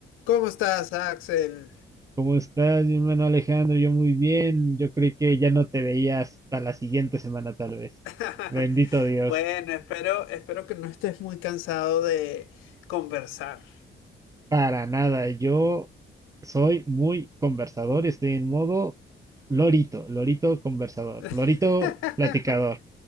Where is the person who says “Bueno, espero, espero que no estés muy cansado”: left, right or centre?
Left